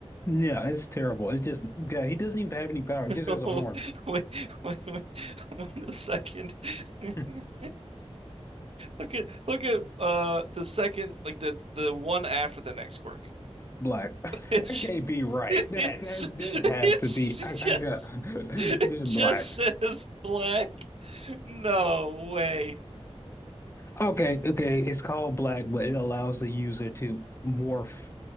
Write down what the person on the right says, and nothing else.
Oh,
<laughs> wait, wait, wait, <laughs> wait a second. <laughs>
Look at look at uh the second like the the one after the next quirk.
<laughs> It's
it's
it's
just
it
just
says black. No way.